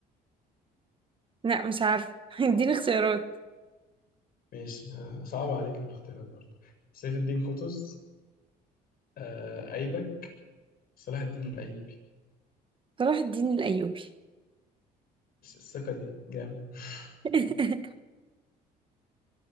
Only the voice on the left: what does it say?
ماشي آه، صعب عليك في الاختيارات برضو سيف الدين قطز آه، أيبك صلاح الدين الأيوبي
الس- الثقة دي جامد <laughs>